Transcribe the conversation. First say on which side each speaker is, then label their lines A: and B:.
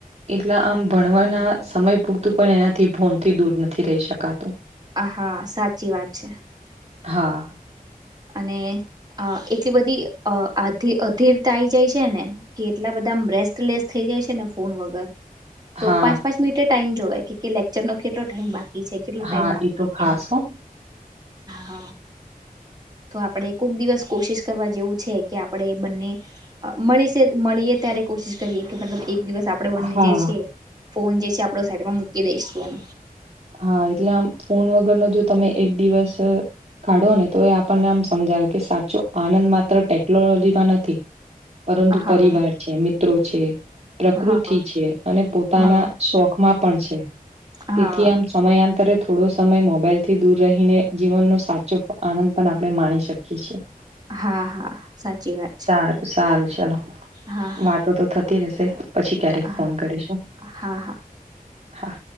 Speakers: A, on the right; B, on the right.
A: એટલા આમ ભણવાના સમય પૂરતું કો એનાથી ફોન થી દૂર નથી રહી શકાતું
B: આ હા સાચી વાત છે
A: હા,
B: અને એટલી બધી અ અધીરતા આવી જાય છે ને કે એટલા બધા એકદમ બસ્ટલેસ થઇ જાય છે ને ફોન વગર તો
A: હા,
B: પાંચ પાંચ મિનિટે ટાઈમ જોવાય કે લેક્ચરનોો કેટલો ટાઈમ બાંધ કેટલો ટાઈમ
A: હા,
B: બાકી
A: એ તો ખાસ
B: છે એ
A: હો.
B: હ તો આપણે કોુક દિવસ કોશિશ કરવા જેવું છે કે આપણે બંને મળી છે મળી ત્યારે કોશિશ કરીએ કે મતલબ એક દિવસ આપણેે બંને
A: હા,
B: જે છે ફોન જે છે આપડ સાઈટમાં મૂકી દઈશું એમ
A: હા એટલે આમ ફોન વગરનોો જો તમે એક દિવસ કાઢો ને તો એ આપણને આમ સમજાવે કે સાચો આનંદ માત્ર ટેકનોલોજીમાં નથી પરંતુ
B: હા
A: પરિવાર છે મિત્રો છે પ્રકૃતિ
B: હા
A: છે અને પોતાના
B: હા
A: શોખમાં પણ છે
B: <inaudible>
A: તેથી આમ સમયાંતરે થોડો સમય મોબાઈલ થી દૂર રહીને જીવનનો સાચો આનંદ પણ આપણે માણી શકીએ છીએ
B: હા હા સાચી વાત
A: સારું
B: છે
A: સારું ચાલો
B: હા હા
A: વાતો તો થતી રશે પછી ક્યારેક
B: હા
A: ફોન કરીશું
B: હા હા
A: હા